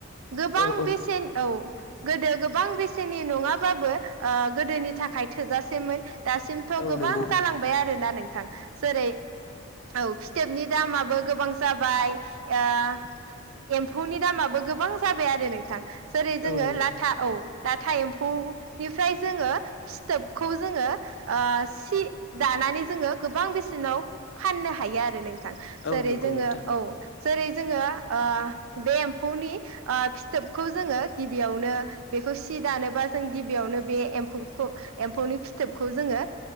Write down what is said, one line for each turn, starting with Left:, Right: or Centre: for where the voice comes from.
Right: गोबां
Left: औ औ
Right: बेसेन औ गोदो गोबां बेसेननि नङाबो होमबाबो ओ गोदोनि थाखाय थोजासेमोन दासिमथ'
Left: औ
Right: गोबां
Left: नंगौ नोंथां
Right: जालांबाय आरोना नों थां जेरै औ। फिथोबनि दामाबो गोबां जाबाय ओ एम्फौनि दामाबो गोबां जाबाय आरो नोंथां। जेरै जोङो
Left: औ नंगौ
Right: लाथा औ लाथा एम्फौ फ्राय जोङो फिथोबखौ जोङो ओ सि दानानै जोङो गोबां बेसेनाव फाननो हायो आरो नोंथां
Left: औ
Right: जेरै
Left: नंगौ
Right: जोङो
Left: नोंथां
Right: औ। जेरै जोङो ओ बे एम्फौनि ओ फिथोबखौ जोङो गिबियावनो बेखौ सि दानोबा जों गिबियावनो बे एम्फौ एम्फौनि फिथोबखौ जोङो